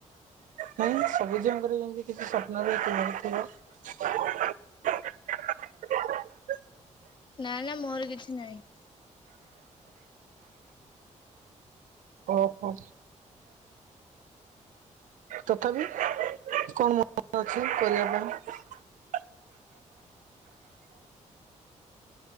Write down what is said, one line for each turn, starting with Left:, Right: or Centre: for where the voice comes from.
Right: ନାଇଁ ସବୁ ଝିଅଙ୍କର ଯେମିତି କିଛି ସ୍ୱପ୍ନ <unintelligible> ଥିବ। <unintelligible>
Left: ନା ନା ମୋର କିଛି ନହିଁ।
Right: ଓହୋ। ତଥାପି କଣ ମନ ଅଛି କରିବା ପାଇଁ?